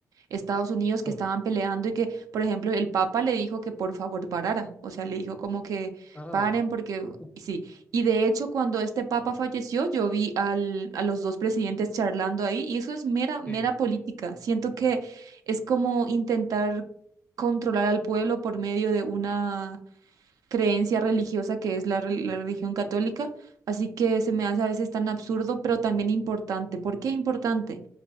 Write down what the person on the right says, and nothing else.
Estados Unidos, que
estaban peleando y que, por ejemplo, el papa le dijo que por favor parara, o sea, le dijo como que
paren porque...
Sí, y de hecho, cuando este papa falleció, yo vi al, a los dos presidentes charlando ahí y eso es mera, mera
política. Siento que es como intentar controlar al pueblo por medio de una creencia religiosa que es la, re- la religión católica. Así que se me hace a veces tan absurdo, pero también importante. ¿Por qué importante?